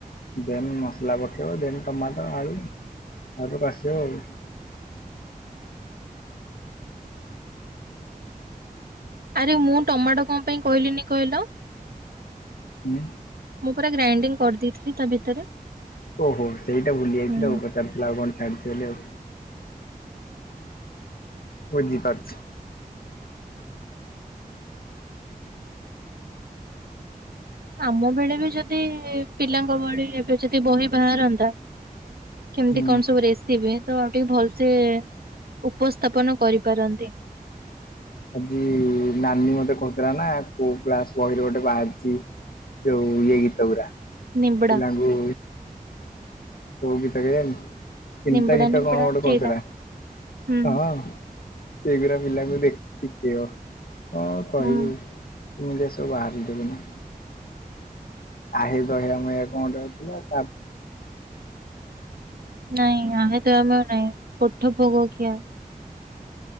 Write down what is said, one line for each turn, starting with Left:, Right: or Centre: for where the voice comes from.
Left: ଦେନ୍ ନ ମସଲା ପକେଇବ ଦେନ ଟମାଟର ଆଳୁ ଆଉଟିକେ କଷିବ ଆଉ।
Right: ଆରେ ମୁଁ ଟମାଟୋ କଣ ପାଇଁ କହିଲିନି କହିଲ?
Left: ହୁଁ।
Right: ମୁଁ ପୁରା ଗ୍ରାଇଣ୍ଡିଂ କରିଦେଇଥିଲି ତା ଭିତରେ।
Left: ଓହୋ ସେଇଟା ଭୁଲି ଯାଇଥିଲ
Right: ହୁଁ
Left: ଆଉ ପଚାରୁଥିଲା ଆଉ କଣ ଛାଡିଛି ବୋଲି ଆଉ। ବୁଝିପାରୁଛି।
Right: ଆମ ବେଳେ ବି ଯଦି ପିଲାଙ୍କ ଭଳି ଏବେ ଯଦି ବହି ବାହାରନ୍ତା। କେମିତି
Left: ହୁଁ।
Right: କଣ ସବୁ ରେସିପି ହୁଏ। ତ ଆଉ ଟିକେ ଭଲସେ ଉପସ୍ଥାପନ କରିପାରନ୍ତି।
Left: ଆଜି ନାନୀ ମତେ କହୁଥିଲା ନା କୋଉ କ୍ଲାସ ବହିରେ ଗୋଟେ ବାହାରିଛି। ଯଉ ଇଏ ଗୀତ ଗୁରା
Right: ନିବିଡା।
Left: ପିଲାଙ୍କୁ କଉ ଗୀତ କେଜାଣି। ତିନିଟା
Right: ନିମ୍ବୁଡା
Left: ଗୀତ
Right: ନିମ୍ବୁଡା
Left: କଣ ଗୋଟେ
Right: ସେଇଟା।
Left: କହୁଥିଲା
Right: ହୁଁ।
Left: ହଁ। ସେଗୁରା ପିଲାକୁ ଦେଖି ଶିଖେଇବ କଁ କହିବୁ।
Right: ହୁଁ
Left: ଏମିତିଆ ସବୁ ବାହାରକୁ ଦେବେନି। ଆହେ ଦୟାମୟ କଣ ଗୋଟେ ଆଉ ଥିଲା ତା
Right: ନାଇଁ ଆମେ ତମେ ନାହିଁ କୋଠ ଭୋଗ ଖିଆ।